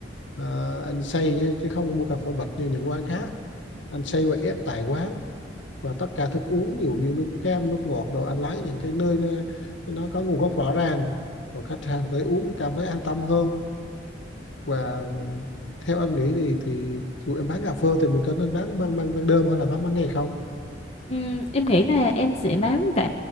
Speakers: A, on the left (about 70°); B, on the left (about 35°).
A: Ờ, anh xay chứ, chứ không mua cà phê bạch như những quán khác anh xay và ép tại quán và tất cả thức uống ví dụ như nước cam nước ngọt đồ anh lấy những cái nơi nó, nó có nguồn gốc rõ ràng rồi khách hàng tới uống cảm thấy an tâm hơn và theo anh nghĩ thì thì dù em bán cà phê thì mình có nên bán ban ban ban đêm hay là bán ban ngày không
B: Ừm, em nghĩ là em sẽ bám cả